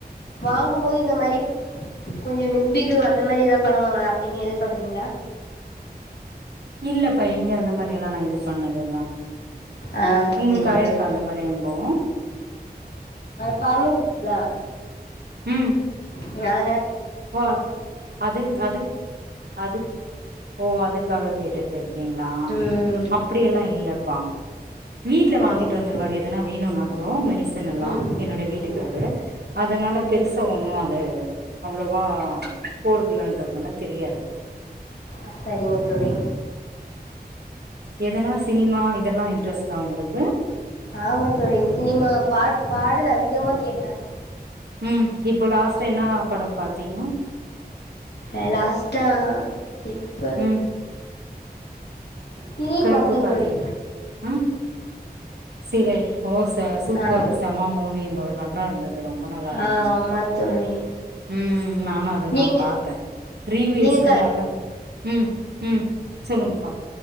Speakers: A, on the left; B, on the right.
A: வாங்கும்போது இந்த மாரி கொஞ்சோம் மிஸ்பீஸ் அந்த மாரி ஏதாவ பண்ணுவாங்களா அப்டின்னு எதிர்பார்க்கறீங்களா
B: இல்லப்பா எங்கயனா அந்த மாரி எல்லா நா இது பண்ணதுல்ல
A: ஆ
B: உங்களுக்கு
A: செரிங்க
B: ஆயிருக்கா
A: தோழி
B: அந்த மாரி அனுபவோ
A: பர்வால சிஸ்டர்
B: ம்
A: <unintelligible> வேற
B: ஓ அதுக் அதுக் அது ஓ அதுக்காக கேட்டுட் ட்ருக்கீங்களா
A: ம்
B: அப்டியலா இல்லப்பா வீட்ல
A: ஆமா
B: வாங்கிட்டு
A: சரிங்க
B: வந்துருவாரு எதனா வேணும்னா கூடோ மெடிசன்னலா
A: ம்
B: என்னுடைய வீட்டுக்காரு
A: ம்
B: அதனால பெருசா ஒண்ணும் அது பொதுவா போறதில்லன்றதுனால தெரியாது
A: அ சரிங்க தோழி
B: எதுனா சினிமா இதெல்லா இன்ட்ரெஸ்டா உங்களுக்கு
A: ஆமா தோழி சினிமா பாட் பாடல் அதிகமா கேட்பேன்
B: உம் இப்போ லாஸ்ட்டா என்னவா படம் பாத்தீங்கோ
A: இலாஸ்டா இப்ப
B: ம்
A: சிறை
B: கருப்பு
A: பாத்தே
B: பாத்தீங்க
A: தோழி
B: ம் சிறை ஓ ச சூப்பர்
A: ஆ
B: செம மூவிங்க நல்லா இருந்தது ரொம்ப நல்லா இருந்துச்சு
A: ஆ ஆமா தோழி
B: ம் ம் நானும் அதுதான்
A: நீங்க
B: பாத்தேன் ரீவேஸ்
A: நீங்க கரு
B: நல்லா ம் ம் சொல்லுங்கப்பா